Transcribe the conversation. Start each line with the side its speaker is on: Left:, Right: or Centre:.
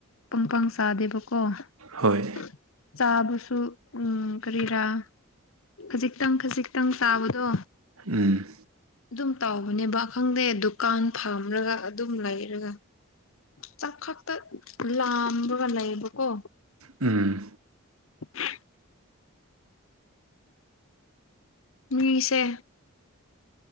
Left: ꯄꯪ ꯄꯪ ꯆꯥꯗꯦꯕ <unintelligible>
Right: ꯍꯣꯏ
Left: ꯆꯥꯕꯁꯨ ꯎꯝ ꯀꯔꯤꯔꯥ ꯈꯖꯤꯛꯇꯪ ꯈꯖꯤꯛꯇꯪ ꯆꯥꯕꯗꯣ
Right: ꯎꯝ
Left: ꯑꯗꯨꯝ ꯇꯧꯕꯅꯦꯕ ꯈꯪꯗꯦ ꯗꯨꯀꯥꯟ ꯐꯝꯔꯒ ꯑꯗꯨꯝ ꯂꯩꯔꯒ ꯆꯥꯛ ꯈꯛꯇ ꯂꯥꯝꯔꯒ ꯂꯩꯌꯦꯕꯀꯣ
Right: ꯎꯝ
Left: <unintelligible> ꯃꯤꯁꯦ